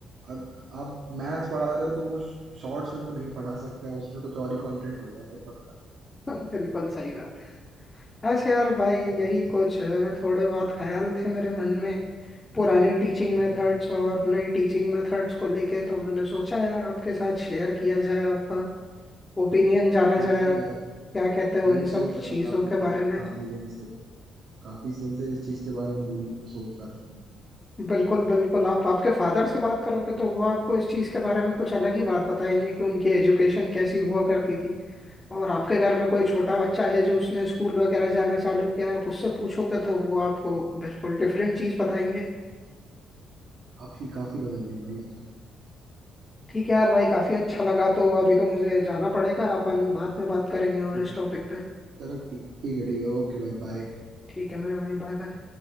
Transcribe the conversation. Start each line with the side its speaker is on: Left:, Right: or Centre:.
Right: अग, आप मैथ्स पढ़ा रहे हो तो वो शॉर्ट्स में तो नहीं पढ़ा सकते हैं उसमें कुछ और ही कंटेंट होगा फिर पक्का
Left: <laughs> बिल्कुल सही बात है बस यार भाई यही
Right: हम्म,
Left: कुछ अ, थोड़े बहुत ख्याल थे मेरे मन में पुरानी टीचिंग मेथड्स
Right: हम्म,
Left: और नई टीचिंग मेथड्स को लेके तो मैंने सोचा यार आपके साथ शेयर किया जाए आपका ओपिनियन जाना जाए
Right: सही
Left: आप
Right: है यार
Left: क्या कहते हो
Right: मैं
Left: इन
Right: भी
Left: सब
Right: सोच रहा
Left: चीज़ों
Right: था काफी
Left: के
Right: देर
Left: बारे में
Right: काफी दिन से काफी दिन से इस चीज के बारे में बोलने में सोच रहा था मैं
Left: बिल्कुल बिल्कुल आप आपके फादर से बात करोगे तो वो आपको इस चीज़ के बारे में कुछ अलग ही बात बताएंगे कि उनकी एजुकेशन कैसी हुआ करती थी और आपके घर में कोई छोटा बच्चा है जो उसने स्कूल वगैरह जाना चालू किया है आप उससे पूछोगे तो वो आपको बिल्कुल डिफरेंट चीज़ बताएंगे
Right: काफी काफी बदल गया भाई आजकल
Left: ठीक है यार भाई काफ़ी अच्छा लगा तो अभी तो मुझे जाना पड़ेगा अपन बाद में बात करेंगे और
Right: हम्म,
Left: इस टॉपिक पे
Right: चलो ठीक ठीक है ठीक है ओके भाई बाय
Left: ठीक है मेरे भाई बाय बाय